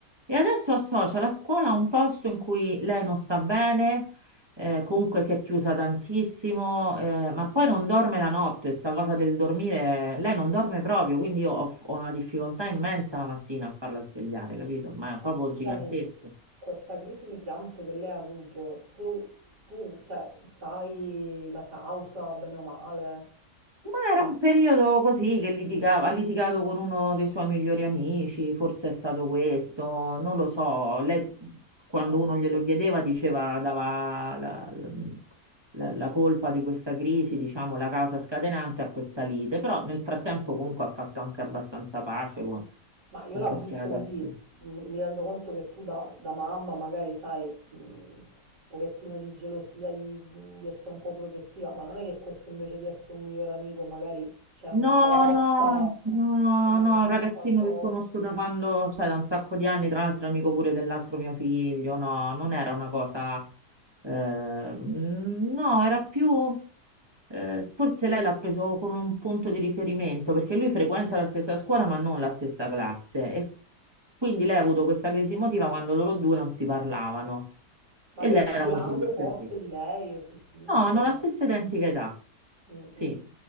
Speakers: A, on the right; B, on the right.
A: E adesso associa la scuola a un posto in cui lei non sta bene, eh, comunque si è chiusa tantissimo, eh, ma poi non dorme la notte, sta cosa del dormire, lei non dorme proprio, quindi io ho, ho una difficoltà immensa la mattina a farla svegliare, capito? Ma
B: Ma
A: proprio
B: scusami,
A: gigantesca.
B: questa crisi di pianto che lei ha avuto, tu, tu, cioè, sai la causa, bene o male?
A: Ma era un periodo così che litigava, ha litigato con uno dei suoi migliori amici, forse è stato questo, non lo so. Lei quando
B: Ma,
A: uno glielo chiedeva diceva, dava la, la- la colpa di questa crisi, diciamo la causa scatenante a questa lite, però nel frattempo comunque ha fatto anche abbastanza pace con,
B: ma io
A: con
B: la
A: questi
B: butto
A: ragazzi.
B: lì, m- mi rendo conto che tu da, da mamma magari sai mh, un pochettino di gelosia, di, di essere un po' protettiva, ma non è che questo invece di essere un migliore amico magari c'è una
A: No,
B: cotta,
A: no, no,
B: una
A: no, è un ragazzino
B: qualcosa.
A: che conosco da quando, cioè da un sacco di anni, tra l'altro è amico pure dell'altro mio figlio, no, non era una cosa, eh, no, era più, eh, forse lei l'ha preso come un punto di riferimento, perché lui frequenta la stessa scuola ma non la stessa classe, e quindi lei ha avuto questa crisi emotiva quando loro due non si parlavano,
B: Ma
A: e
B: lui
A: lei
B: è più
A: era
B: grande
A: molto dispiaciuta.
B: forse di lei, è più piccolo.
A: No, hanno la stessa identica età,
B: Mm,
A: sì.
B: mm.